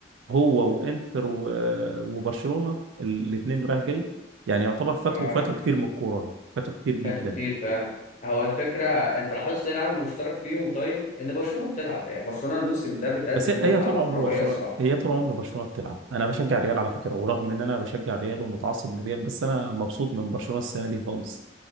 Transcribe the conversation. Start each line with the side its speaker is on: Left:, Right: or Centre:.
Right: هو وانتر و- آه، وبرشلونه الاثنين رايح جاي يعني يعتبر فاتوا
Left: اه
Right: فاتوا كتير من الكوره فاتوا كتير جدا
Left: فاتوا كتير فعلا هو الفكره انت لاحظت ايه العامل المشترك فيهم طيب ان برشلونه بتلعب يعني برشلونه الموسم ده بتقدم
Right: بس هي
Left: متعه
Right: هي طول عمر
Left: كرويه
Right: برشلونه
Left: الصراحه
Right: هي طول عمر برشلونه بتلعب انا بشجع الريال على فكره ورغم ان انا بشجع الريال ومتعصب للريال بس انا مبسوط من برشلونه السنه دي خالص